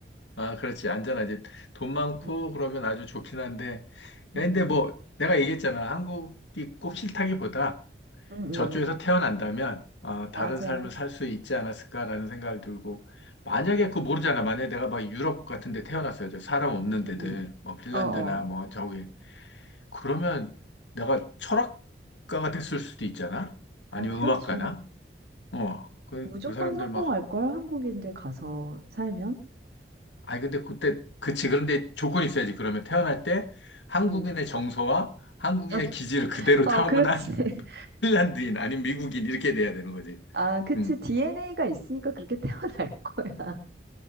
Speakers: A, on the left; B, on the right.
A: 아, 그렇지. 안전하지. 돈 많고
B: 음,
A: 그러면 아주 좋긴 한데. 근데
B: 음, 음,
A: 뭐 내가 얘기했잖아. 한국이 꼭 싫다기보다
B: 음, 음.
A: 저쪽에서
B: 음.
A: 태어난다면 어,
B: 맞아.
A: 다른 삶을 살 수 있지 않았을까라는 생각이 들고 만약에 그거 모르잖아. 만약에 내가 막 유럽 같은 데 태어났어요. 저 사람 없는
B: 음,
A: 데들.
B: 음.
A: 뭐 핀란드나
B: 어, 어.
A: 뭐 저기. 그러면 내가 철학가가 됐을 수도 있잖아. 아니면
B: 어, 그렇지.
A: 음악가나. 어. 그,
B: 무조건
A: 그 사람들
B: 성공할걸,
A: 막
B: 한국인들 가서 살면.
A: 아니, 근데 그때, 그치. 그런데 조건이 있어야지. 그러면 태어날 때 한국인의
B: 음.
A: 정서와 한국인의
B: <laughs>
A: 기질을 그대로
B: 어,
A: 타고난
B: 그렇지. <laughs>
A: <laughs> 핀란드인, 아니면 미국인, 이렇게 돼야 되는 거지.
B: 아, 그치.
A: 음,
B: DNA가 있으니까 그렇게 <laughs> 태어날 거야.